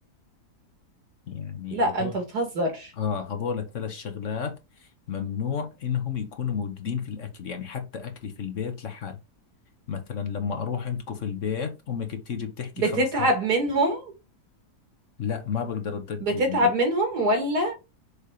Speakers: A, on the left; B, on the right.
A: يعني
B: لا
A: هذول
B: انت بتهزر
A: آه هذول الثلاث شغلات ممنوع إنهم يكونوا موجودين في الأكل يعني حتى أكلي في البيت لحال مثلا لما أروح عندكم في البيت أمك بتيجي بتحكي
B: بتتعب
A: خلص هاي
B: منهم
A: لا ما بقدر أدق
B: بتتعب
A: يعني
B: منهم ولا